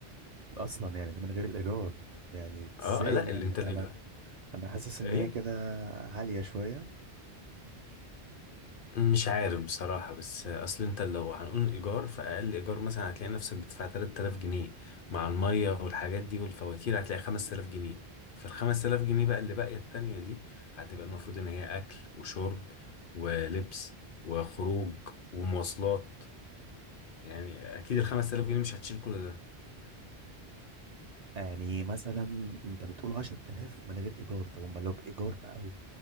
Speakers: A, on the right; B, on the left.
A: اصلا يعني ده من غير الايجار طب يعني
B: اه
A: ازاي
B: لا
A: يعني
B: اللي انت الايجار
A: انا انا حاسس ان
B: ايه
A: هي كده عالية شوية
B: مش عارف بصراحة بس اصل انت لو هنقول ايجار فاقل ايجار مثلا هتلاقي نفسك بتدفع 3000 جنيه مع المية والحاجات دي والفواتير هتلاقي 5000 جنيه فال 5000 جنيه بقى اللي باقية التانية دي هتبقى المفروض ان هي اكل وشرب ولبس وخروج ومواصلات يعني اكيد ال 5000 جنيه مش هتشيل كل ده
A: يعني مثلا انت بتقول 10000 من غير ايجار طب امال لو بايجار بقى و...